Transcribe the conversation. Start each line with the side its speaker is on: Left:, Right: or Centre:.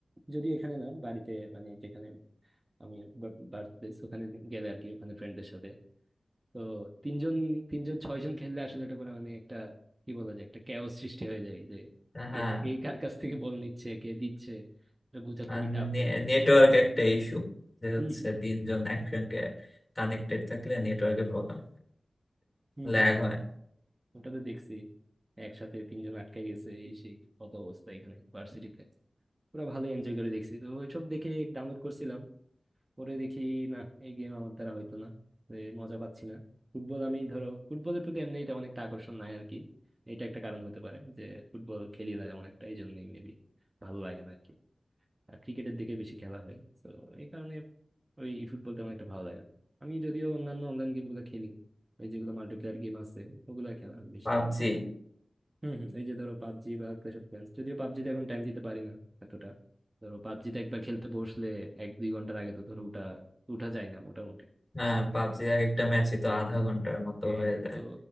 Right: যদি এখানে না বাড়িতে মানে যেখানে আমি বার্থপ্লেস ওখানে গেলে আর কি ওখানে ফ্রেন্ডদের সাথে তো তিনজন তিনজন ছয়জন খেললে আসলে এটা পরে মানে একটা কি বলা যায় একটা ক্যাওস সৃষ্টি হয়ে যায় যে
Left: তা হ্যাঁ
Right: এ কে কার কাছ থেকে বল নিচ্ছে কে দিচ্ছে এটা বোঝা
Left: আর
Right: খুবই টাফ হয়ে যায় আর
Left: নেটওয়ার্ক
Right: কি
Left: একটা ইস্যু যে
Right: হম
Left: হচ্ছে তিনজন একসঙ্গে কানেক্টেড থাকলে নেটওয়ার্কে প্রবলেম
Right: হম
Left: ল্যাগ
Right: হম হম।
Left: হয়
Right: ওটা তো দেখছি একসাথে তিনজন আটকাই গেছে এই সেই কত অবস্থা এখানে ভার্সিটিতে পুরো ভালোই এনজয় করে দেখছি তো ওইসব দেখে ডাউনলোড করছিলাম পরে দেখি না এই গেম আমার দ্বারা হইতো না এ, মজা পাচ্ছি না ফুটবল আমি ধরো ফুটবলের প্রতি এমনি এটা অনেকটা আকর্ষণ নাই আর কি এটা একটা কারণ হতে পারে যে ফুটবল খেলি না তেমন একটা এই জন্যই মেবি ভালো লাগে না আর কি আর ক্রিকেটের দিকে বেশি খেলা হয় তো এই কারণে ওই ফুটবল তেমন একটা ভালো লাগে না আমি যদিও অন্যান্য অনলাইন গেমগুলো খেলি ওই যেগুলো মাল্টিপ্লেয়ার গেম আছে ওগুলো খেলা হয় বেশি
Left: পাবজি
Right: হম হম এই যে ধরো পাবজি বা ক্ল্যাশ অফ ক্ল্যান্স যদিও পাবজিতে এখন টাইম দিতে পারি না এতটা ধরো পাবজিতে একবার খেলতে বসলে এক দুই ঘন্টার আগে তো ধরো উঠা উঠা যায় না মোটামুটি
Left: হ্যাঁ পাবজি এক একটা ম্যাচে তো আধা ঘন্টার মতো
Right: হ্যাঁ
Left: হয়ে যায়
Right: তো